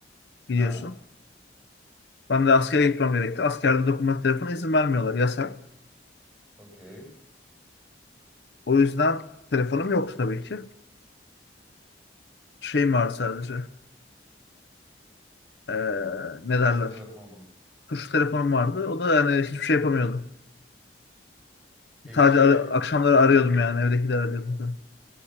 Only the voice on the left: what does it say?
biliyorsun.
Ben de askere gitmem gerekti. Askerde dokunmatik telefona izin vermiyorlar, yasak.
O yüzden telefonum yoktu tabii ki. Şeyim vardı sadece. E, ne
derler?
Tuşlu telefonum vardı. O da yani hiçbir şey yapamıyordum.
Sadece ar- akşamları arıyordum yani, evdekileri arıyordum.